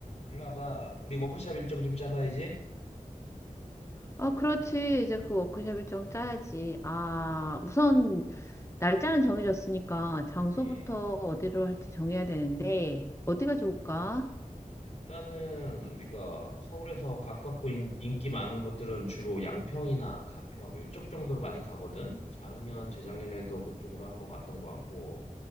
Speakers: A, on the left (about 55°); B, on the left (about 20°).
A: 일로 와봐. 우리 워크샵 일정 좀 짜봐야지.
B: 어, 그렇지. 이제 그 워크숍 일정 짜야지. 아, 우선 날짜는 정해졌으니까 장소부터
A: 음,
B: 어디로 할지 정해야 되는데 어디가
A: 음.
B: 좋을까?
A: 일단은 우리가 서울에서 가깝고 인, 인기 많은 곳들은 주로 양평이나 가평 이쪽 정도로 많이 가거든. 작년, 재작년에도 그쪽으로 한번 갔던 것 같고.